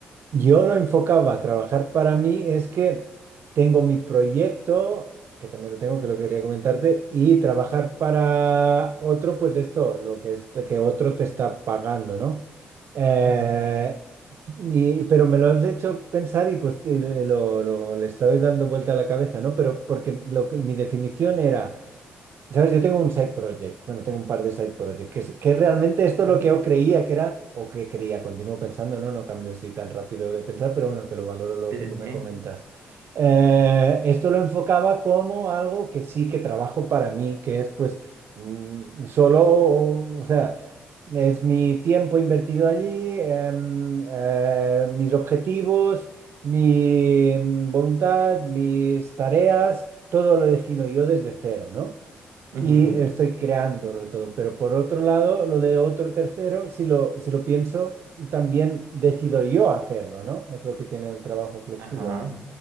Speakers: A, on the right (about 60°); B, on the right (about 80°).
A: Yo lo enfocaba a trabajar para mí, es que tengo mi proyecto, que también lo tengo, que lo quería comentarte, y trabajar para otro, pues esto, lo que es que otro te está pagando, ¿no? Eh,
B: Ujú,
A: y- pero me lo has hecho pensar y pues te- lo, lo- le estoy dando vuelta a la cabeza, ¿no? Pero porque lo que, mi definición era. ¿Sabes? Yo tengo un side project, bueno, tengo un par de side projects, que, es- que realmente esto
B: ujú.
A: es lo que yo creía que era, o que creía, continúo pensando, no, no cambio así tan rápido de pensar, pero bueno, que lo valoro lo
B: Sí,
A: que
B: sí,
A: tú
B: sí.
A: me comentas. Eh, esto lo enfocaba como algo que sí que trabajo para mí, que es pues mm, solo, o sea, es mi tiempo invertido allí, em, eh, mis objetivos, mi mm, voluntad, mis tareas, todo lo defino yo desde cero, ¿no? y
B: Ujú,
A: estoy creándolo todo. Pero por otro lado, lo de otro tercero, si lo, si lo pienso, también decido yo hacerlo, ¿no? Es lo que tiene el trabajo flexible.
B: Ajá.